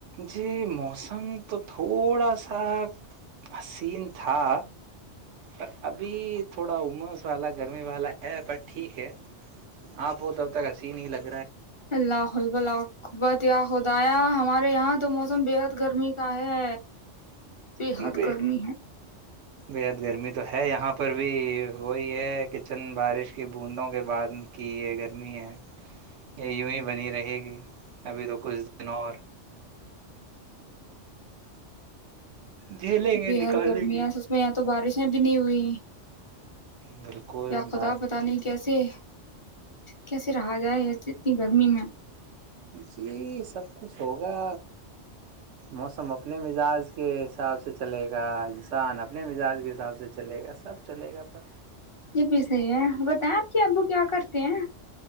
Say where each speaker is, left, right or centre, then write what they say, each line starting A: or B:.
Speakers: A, on the right; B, on the left.
A: جی موسم تو تھوڑا سا حسین تھا پر ابھی تھوڑا عمس والا گرمی والا ہے پر ٹھیک ہے آپ وہ تب تک حسین ہی لگ رہ
B: اللہ ح ال بلہبتیا ہو دایاں ہم ہمارے یہاں تو موسم بےحد گرمی کا ہے بےحد
A: ب
B: گرمی ہے
A: بےحد گرمی تو ہے یہاں اوپر بھی وہی ہے کچن بارش کی بوندوں کے بعد ان کی ہے گرمی ہے یہ یوں ہی بنی رہے گی ابھی تو کچھ دنوں اور جھیلیں گے
B: بےحد
A: نکالیں
B: گرمی
A: گے
B: ہے سچ میں یہاں تو بارشیں بھی نہیں ہوئی
A: بالکل
B: یا خدا
A: بار
B: پتا نہیں کیسے کیسے رہا جائے گرمی میں
A: جی سب کچھ ہوگا موسم اپنے مزاج کے حساب سے چلے گا انسان اپنے مزاج کے حساب سے چلے گا سب چلے گا پر
B: یہ بھی صحی ہے بتائیں آپ کے ابو کیا کرتے ہیں